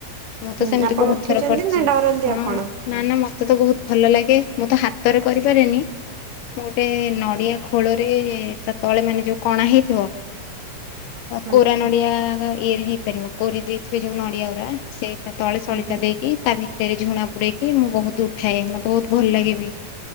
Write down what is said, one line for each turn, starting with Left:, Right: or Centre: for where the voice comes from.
Left: ମୁଁ
Right: ହୁଁ
Left: ତ ସେମିତି
Right: ଆପଣ
Left: ବହୁତ
Right: ଉଠେଇଛନ୍ତି
Left: ଥର କରିଛି
Right: ନା ଡରନ୍ତି
Left: ହଁ
Right: ଆପଣ?
Left: ନା ନା ମତେ ତ ବହୁତ ଭଲ ଲାଗେ। ମୁଁ ତ ହାତରେ କରିପାରେନି ମୁଁ ଗୋଟେ ନଡ଼ିଆ ଖୋଳରେ ତା ତଳେ ମାନେ ଯୋଉ କଣା ହେଇଥିବ କୋରା
Right: ଆଚ୍ଛା
Left: ନଡିଆ ଗ ଇଏରେ ହେଇପାରିବ କୋରି ଦେଇଥିବେ ଯୋଉ ନଡିଆ ଉରା ସେ ତଳେ ସଳିତା
Right: ହୁଁ
Left: ଦେଇକି ତା ଭିତରେ ଝୁଣା ବୁଡେଇକି ମୁଁ ବହୁତ ଉଠାଏ ମୋତେ ବହୁତୁ ଭଲ ଲାଗେବି